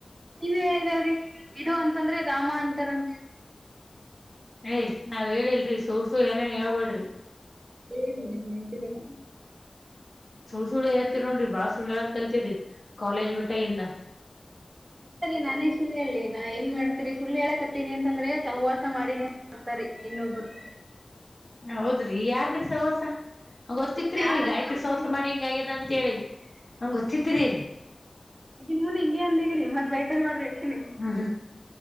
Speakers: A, on the right (about 50°); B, on the left (about 50°).
A: ನೀವ ಹೇಳಿರಲ್ಲ ರೀ ಇಡು ಅಂತಂದ್ರೆ ರಾಮ ಅಂತಾರಂತ ಹೇಳಿ
B: ಏಯ್ ನಾವ್ ಹೇಳಿಲ್ರಿ ಸುಳ್ಳ ಸುಳ್ಳ ಏನೇರ್ ಹೇಳ್ಬೇಡ್ರಿ
A: ಹೇಳಿರಿ ನಿಮ್ಮಗ ನೆನಪಿಲ್ಲ ಏನ
B: ಸುಳ್ಳ ಸುಳ್ಳೆ ಹೇಳ್ತಿರಿ ನೋಡ್ರಿ ಬಾಳ ಸುಳ್ಳ ಹೇಳದ ಕಲ್ತರಿ ಕಾಲೇಜ್ ಬಿಟ್ಟಾಗಿಂದ
A: ಸರಿ ನಾನೇಕ ಸುಳ್ಳ ಹೇಳಲ್ಲಿ ನಾ ಏನ್ ಮಾಡ್ತೀರಿ ಸುಳ್ಳು ಹೇಳಕತ್ತೀನಿ ಅಂತಂದ್ರೆ ಸಹವಾಸ ಮಾಡೀನಿ ಬರ್ತಾರಿ ಇನ್ನೊಬ್ಬರದು
B: ಹೌದ್ರಿ ಯಾರ್ದ್ರಿ ಸಹವಾಸ ಗೊತ್ತಿತ್ರಿ
A: ಯಾರಲ್ಲ
B: ಗಾಯತ್ರಿ
A: ಅಂದ್ರಿ
B: ಸಹವಾಸ ಮಾಡಿ ಹಿಂಗ ಆಗ್ಯದ ಅಂತೇಳಿ ನಂಗ್ ಗೊತ್ತಿತ್ರಿ
A: ಅಕಿನ್ ಮುಂದ ಹಿಂಗೇ ಅಂದಿಗಿರಿ ಮತ್ ಬೈತಾಲ ನೋಡ್ರಿ ಹೇಳ್ತೀನಿ
B: ಹ್ಮ್